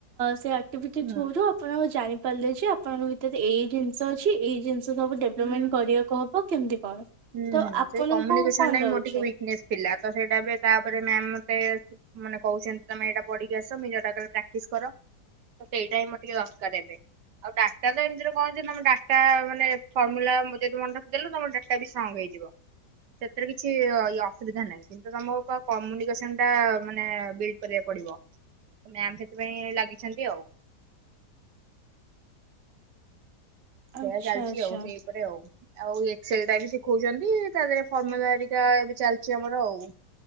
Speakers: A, on the right (about 40°); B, on the right (about 80°).
A: ସେ ଅ ଆଟିଭିଟ୍
B: ହୁଁ
A: ଥ୍ରୋ ରୁ ପଣ ଜାଣି ପାରିଲେ ଯେ ଆପଣଙ୍କ ଭିତରେ ଏଇ ଜିନିଷ ଅଛି ଏଇ ଜିନିଷ ସବୁ ଡେଭଲପମେଣ୍ଟ
B: ହୁଁ
A: କରିବାକୁ ହବ। କେମିତି କଣ?
B: ହୁଁ
A: ତ
B: ହୁଁ
A: ଆପଣଙ୍କୁ
B: ସେଇ କମ୍ୟୁନିକେସନ
A: କଣ
B: ଟା ହିଁ
A: ଲାଗୁଛି?
B: ମୋର ଟିକେ ୱିକନେସ ଥିଲା ତ ସେଇଟା ତାପରେ ମ୍ଯାମ ମତେ ମାନେ କହୁଛନ୍ତି ତମେ ଏଇଟା ପଢ଼ି କି ଆସ ମୁଁ ଯୋଉଟା କହିବି ପ୍ରାକ୍ଟିସ କର। ତ ସେଇଟା ହିଁ ମୋର ଟିକେ ଦରକାର୍ ଏବେ। ଆଉ ଡାଟା ତ ଏମିତିରେ କଣ ହେଇଚି ତମ ଡାଟା ମାନେ ଫର୍ମୁଲା ଯଦି ମନ ରଖିଦେଲ ତମ ଡା ଟା ବି ସଙ୍ଗ ହେଇଯିବ ସେଥିରେ କିଛି ଅ ଇଏ ଅସୁବିଧା ନାହିଁ। ଏଇଟା ତମକୁ କମ୍ୟୁନିକେସନ ଟା ମାନେ ବିଡ୍ କରିବାକୁ ପଡ଼ିବ। ମ୍ୟାମ ସେଥିପାଇଁ ଲାଗିଛନ୍ତି ଆଉ। ସେଇୟା
A: ଆଚ୍ଛା
B: ଚାଲିଚି
A: ଆଚ୍ଛା।
B: ଆଉ ସେଇ ଉପରେ ଆଉ। ଆଉ ଏକ୍ସେଲ୍ ଟା ବି ଶିଖୋଉଛନ୍ତି ତା ଦେହରେ ଫର୍ମୁଲା ଦି ଟା ଏବେ ଚାଲିଛି ଆମର ଆଉ।